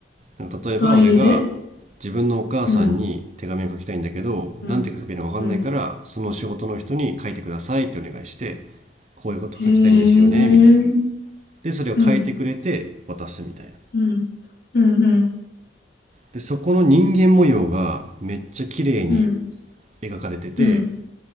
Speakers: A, on the right; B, on the left.
A: なんか例えば俺が
B: 代理で
A: 自分のお母さんに手紙を書きたいんだけどなんて書けばいいのか分かんないからその仕事の人に書いてくださいってお願いして
B: うん、うん、うん。
A: こういうこと書きたいんですよねみたいな
B: へえ、うん、
A: でそれを書いてくれて渡すみたいな
B: うん、うん、うん、
A: でそこの人間模様がめっちゃ綺麗に
B: うん。
A: 描かれてて
B: うん、